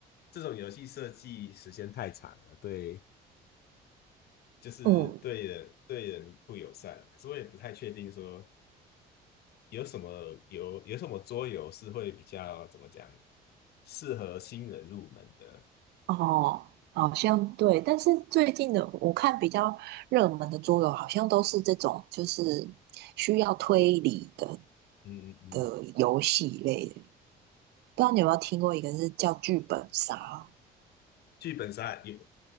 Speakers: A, on the left; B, on the right.
A: 这种游戏设计时间太长了，对，就是对人对人不友善。
B: 嗯。哦
A: 可是我也不太确定说有什么有有什么桌游是会比较怎么讲适合新人入门的。
B: 哦，好像对，但是最近的我看比较热门的桌游，好像都是这种就是需要推理的
A: 嗯嗯嗯，
B: 的游戏类的。不知道你有没有听过一个是叫剧本杀
A: 剧本杀有